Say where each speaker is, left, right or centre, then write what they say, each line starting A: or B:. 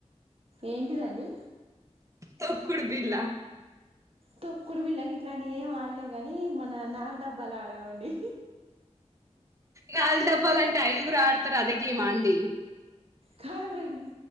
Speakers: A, on the right; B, on the right.
A: ఏంటిదండి
B: తొక్కుడుబిలా
A: తొక్కుడు బిల్లకి ఇట్లాంటివి ఏం ఆడలే కాని మన నాల డబ్బాలు ఆడేవండి
B: కాళ డబ్బాలంటే ఐదుగురు ఆడతారు అదే గేమ్ ఆ అండి
A: కాద్ అండి